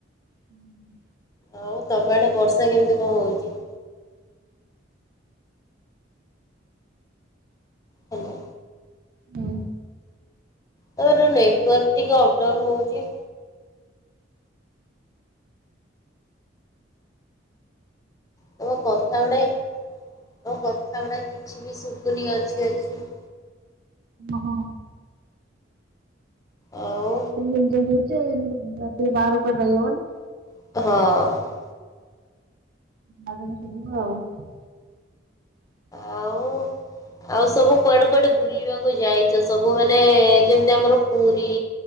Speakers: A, on the right; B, on the left.
A: ହୁଁ।
B: ଆଉ ତମ ଆଡେ ବର୍ଷା କେମିତି କଣ ହଉଛି? ହେଲା
A: ହଁ।
B: ତମର ନେଟୱାର୍କ ଟିକେ ଅପଡାଉନ ହଉଛି। ତମ କଥା ଗୁଡା ଏ ତମ କଥା ଗୁଡା କିଛି ବି ଶୁଭୁନି ଅଛି ଅଛି।
A: ଓହୋ।
B: ଆଉ।
A: <unintelligible> ଏମିତି ହଉଛି ଆଉ ରାତିରେ ବାହାରକୁ କୁଆଡେ ଯାଇହବ ନି।
B: ହଁ।
A: <unintelligible> <inaudible>
B: ଆଉ ଆଉ ସବୁ କୁଆଡେ କୁଆଡେ ବୁଲିବାକୁ ଯାଇଛ? ସବୁ ମାନେ ଯେମିତି ଆମର ପୁରୀ